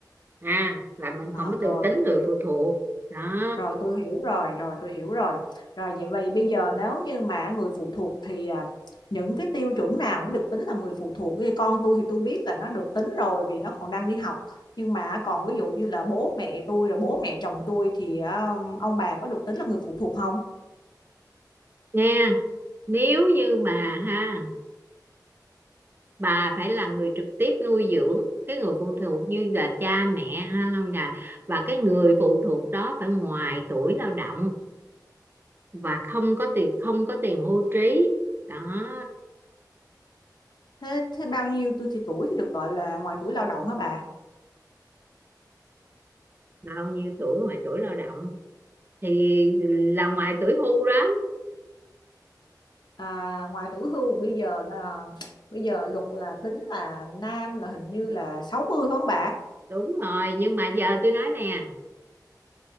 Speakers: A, on the right; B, on the left.
A: à là mình
B: À,
A: không có được
B: rồi
A: tính
B: tôi
A: người phụ thuộc đó
B: rồi tôi hiểu rồi rồi tôi hiểu rồi rồi vậy vì bây giờ nếu như mà người phụ thuộc thì à, những cái tiêu chuẩn nào mới được tính là người phụ thuộc Ví con tôi thì tôi biết là nó được tính rồi vì nó còn đang đi học nhưng mà còn ví dụ như là bố mẹ tôi rồi bố mẹ chồng tôi thì à, ông bà có được tính là người phụ thuộc không
A: nghe nếu như mà ha bà phải là người trực tiếp nuôi dưỡng cái người phụ thuộc như là cha mẹ ha là và cái người phụ thuộc đó phải ngoài tuổi lao động và không có tiền không có tiền hưu trí đó
B: Thế, thế bao nhiêu tuổi thì tuổi thì được gọi là ngoài tuổi lao động hả bà?
A: bao nhiêu tuổi ngoài tuổi lao động thì là ngoài tuổi hưu đó
B: À, ngoài tuổi hưu bây giờ là- bây giờ luật là tính là nam là hình như là 60 phải không bà?
A: đúng rồi nhưng mà giờ tôi nói nè